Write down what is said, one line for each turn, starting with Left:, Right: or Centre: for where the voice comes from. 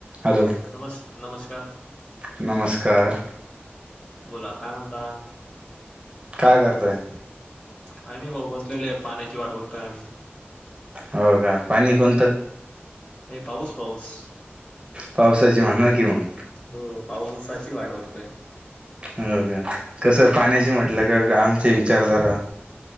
Right: हॅलो
Left: नमस् नमस्कार
Right: नमस्कार
Left: बोला काय म्हणता?
Right: काय करतोय?
Left: का नाही भाऊ बसलेले पाण्याची वाट बघताय आम्ही
Right: हो का पाणी कोणतं?
Left: हे पाऊस पाऊस.
Right: पावसाची म्हणा कि मग
Left: हो पावसाची वाट बघतोय.
Right: हो का कसं पाण्याची म्हटलं का आमचे विचार जरा